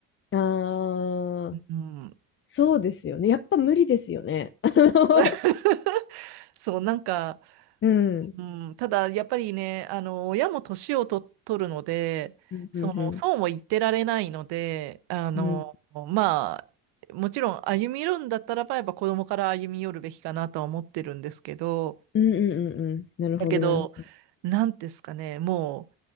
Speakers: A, on the left (about 30°); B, on the right (about 60°).
A: ああ、
B: うん。
A: そうですよね。やっぱ無理ですよね。<laughs> あの
B: <laughs> そう、なんか、
A: うん。
B: うん、ただ、やっぱりね、あの、親も年をと、取るので、
A: うんうんうん。
B: その、そうも言ってられないので、あの、
A: うん
B: まあ、もちろん歩み寄るんだったらば、やっぱ子供から歩み寄るべきかなとは思ってるんですけど、
A: うんうんうんうん。なるほど、
B: だけど、
A: なるほど。
B: なんですかね、も